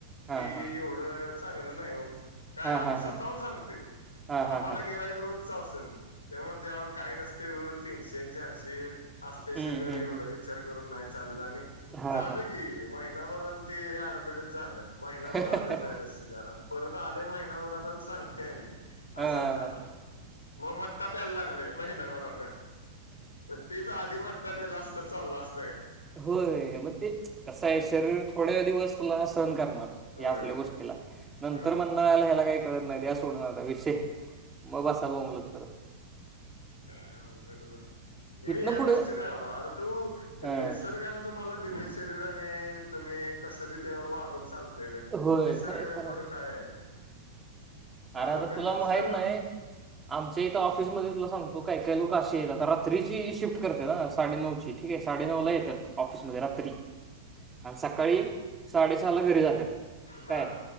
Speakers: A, on the right; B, on the left.
A: हा
B: कि
A: हा
B: एवढं चांगलं नाही हो. काय
A: हा
B: आम्ही
A: हा
B: स्वतःहून
A: हा
B: सांगतय
A: हा
B: आम्हाला
A: हा हा
B: गिर्‍हाईक रोज च असून ते म्हणते. काय नसते ओ तीनशे चारशे असते
A: हम्म
B: शुगर
A: हम्म
B: एवढ
A: हम्म
B: विचार करून नाही चालत. आणि
A: हा
B: झालं की महिन्याभरान ते अऍडमिटच झालं. महिनाभर
A: हा
B: आलंच नाही लस्सी प्यायला आणि परत आलेय महिनाभराना सांगतेय म
A: हां.
B: असं अस झालं म मट्टा प्यायला लागलय. महिनाभरासाठी मग तेच आधी वाे असत चालला असत.
A: होय मग ते कसं आहे शरीर थोड्या दिवस तुला सहन करणार.
B: होय
A: या असल्या
B: होय
A: गोष्टीला नंतर
B: होय
A: म्हणार याला ह्याला काही कळत नाही. सोडणार विषय मग बसा बोंबलत करत
B: काय अवघड झालय
A: हिथनं
B: मी ह्या
A: पुढं
B: गोष्टी नाही बाबा आर तू
A: हां
B: निसर्गां तुम्हाला दिलय शरीराने आणि तुम्ही कसं बी त्यावर वागून चाल ते निसर्गय
A: होय खरंय खरंय.
B: पुुढं काय आहे.
A: अरे
B: आला
A: आता
B: बिनधास्त
A: तुला माहित नाही आमच्या इथं ऑफिसमध्ये तुला सांगत तो काय काय लोक अशी येत आता रात्रीची शिफ्ट करते, ना साडे नऊची ठीके आहे. साडे नऊ ला येतात ऑफिसमध्ये. रात्री आणि सकाळी साडेसहा ला घरी जातात
B: हा
A: काय